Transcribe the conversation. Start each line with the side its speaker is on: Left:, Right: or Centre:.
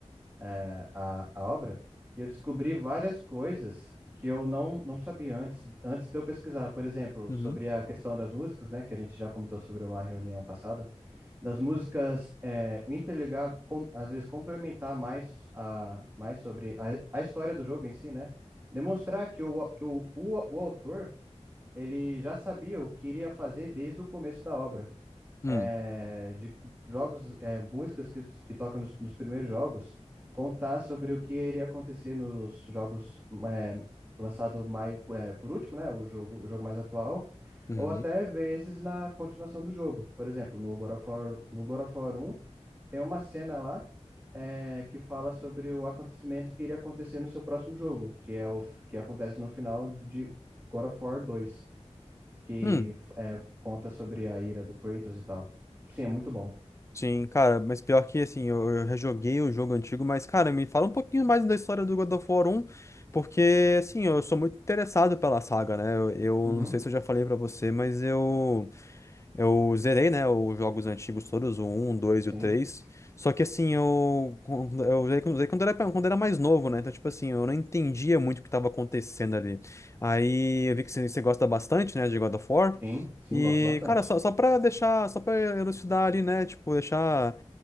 Right: é, a, a obra e eu descobri várias coisas que eu não, não sabia antes, antes de eu pesquisar. Por exemplo,
Left: Uhum.
Right: sobre a questão das músicas, né? Que a gente já comentou sobre uma reunião passada. das músicas é, interligar, com, às vezes complementar mais, a, mais sobre a, a história do jogo em si, né? Demonstrar que, o, que o, o, o autor ele já sabia o que iria fazer desde o começo da obra
Left: Hum,
Right: é, de jogos, é, músicas que, que tocam nos, nos primeiros jogos, contar sobre o que iria acontecer nos jogos é, lançado mais é, por último, né? O jogo, o jogo mais atual,
Left: uhum.
Right: ou até vezes na continuação do jogo. Por exemplo, no God of War, no God of War 1, tem uma cena lá é, que fala sobre o acontecimento que iria acontecer no seu próximo jogo, que é o que acontece no final de God of War 2 que
Left: Hum,
Right: é, conta sobre a ira do Kratos e tal. Sim, é muito bom.
Left: sim, cara, mas pior que assim, eu, eu rejoguei o jogo antigo, mas, cara, me fala um pouquinho mais da história do God of War um, porque, assim, eu sou muito interessado pela saga, né? Eu, eu
Right: Uhum,
Left: não sei se eu já falei pra você, mas eu. Eu zerei, né, os jogos antigos todos, o 1, o 2
Right: sim,
Left: e o três Só que assim, eu, quando- eu zerei quando zerei quando era, quando era mais novo, né? Então, tipo assim, eu não entendia muito o que estava acontecendo ali. Aí eu vi que você você gosta bastante, né, de God of War.
Right: sim, sim,
Left: E,
Right: gosto bastante.
Left: cara, só, só pra deixar, só pra elucidar ali, né? Tipo, deixar,